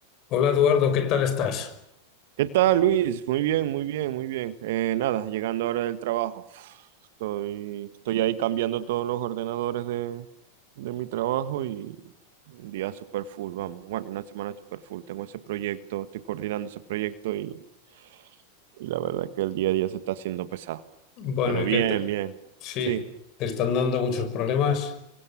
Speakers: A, on the left; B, on the right.
A: Hola Eduardo, ¿qué tal estás?
B: ¿Qué tal, Luis? Muy bien, muy bien, muy bien. Eh, nada, llegando ahora del trabajo. Uf, Estoy, estoy ahí cambiando todos los ordenadores de, de mi trabajo y un día super full, vamos. Bueno, una semana super full. Tengo ese proyecto, estoy coordinando ese proyecto y, y la verdad que el día a día se está haciendo pesado.
A: Bueno,
B: Pero
A: ¿y
B: bien,
A: qué te-
B: bien.
A: Sí,
B: Sí,
A: te están dando muchos problemas.